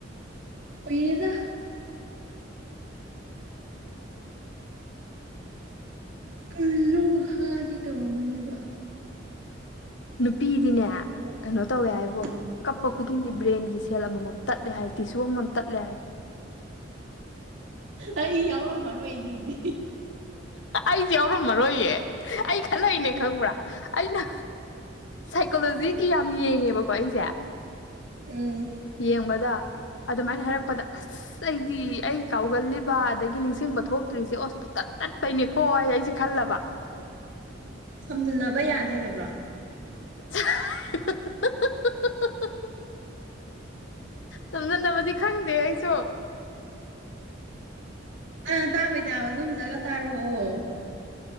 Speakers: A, on the right; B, on the left.
A: ꯀꯨꯏꯔꯦꯗ ꯀꯔꯤꯅꯣꯝꯃꯥ ꯍꯥꯏꯒꯦ ꯇꯧꯔꯝꯕꯅꯦꯕ
B: ꯅꯨꯄꯤꯗꯤꯅꯦ
A: ꯑꯗꯣ
B: ꯀꯩꯅꯣ ꯇꯧꯋꯦ ꯍꯥꯏꯕꯣ
A: ꯎꯝ
B: ꯀꯞꯄ ꯈꯨꯗꯤꯡꯒꯤ ꯕ꯭ꯔꯦꯟꯒꯤ ꯁꯦꯜ ꯑꯃꯃꯝ ꯇꯠꯂꯦ ꯍꯥꯏ ꯇꯤꯁꯨ ꯑꯃꯃꯝ ꯇꯠꯂꯦ ꯍꯥꯏ
A: ꯑꯩ ꯌꯥꯎꯔꯝꯕꯣꯏꯗꯨꯗꯤ
B: ꯑꯩꯁꯦ ꯌꯥꯎꯔꯝꯃꯔꯣꯏꯌꯦ ꯑꯩ ꯈꯜꯂꯛꯏꯅꯦ ꯈꯪꯕ꯭ꯔꯥ ꯑꯩꯅ ꯁꯥꯏꯀꯣꯂꯣꯖꯤ ꯁꯤꯒꯤ ꯌꯥꯝ ꯌꯦꯡꯉꯦꯕꯀꯣ ꯑꯩꯁꯦ
A: <inaudible> <inaudible> <inaudible> ꯎꯝ
B: ꯌꯦꯡꯕꯗꯥ ꯑꯗꯨꯃꯥꯏꯅ ꯍꯥꯏꯔꯛꯄꯗ ꯑꯁ ꯑꯩꯗꯤ ꯑꯩ ꯀꯥꯎꯒꯜꯂꯤꯕ ꯑꯗꯒꯤ ꯅꯤꯡꯁꯤꯡꯕ ꯊꯣꯛꯇ꯭ꯔꯤꯁꯦ ꯑꯣ ꯇꯠ ꯇꯠꯄꯩꯅꯦꯀꯣ ꯑꯩꯁꯦ ꯈꯜꯂꯕ
A: ꯁꯝꯖꯤꯟꯅꯕ ꯌꯥꯗꯦ ꯍꯥꯏꯕ꯭ꯔꯣ
B: <unintelligible> <inaudible> ꯁꯝꯖꯟꯅꯕꯗꯤ ꯈꯪꯗꯦ ꯑꯩꯁꯨ
A: ꯑ ꯇꯥꯕꯩ ꯇꯥꯕ ꯑꯗꯨꯝꯇꯪꯒ ꯇꯥꯔꯛꯑꯣ